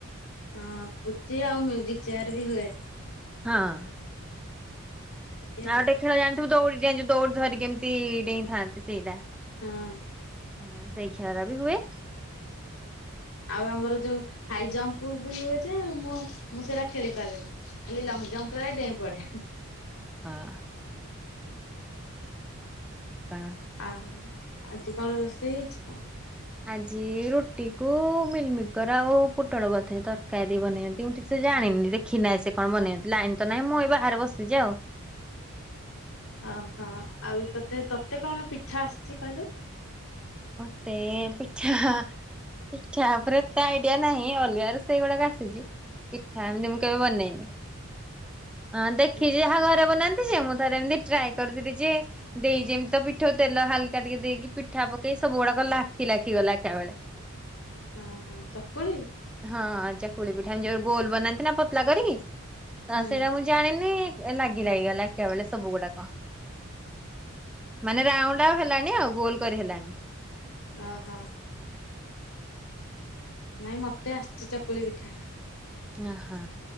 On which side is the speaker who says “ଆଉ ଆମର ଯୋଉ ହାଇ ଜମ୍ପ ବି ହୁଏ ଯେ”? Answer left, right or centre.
Left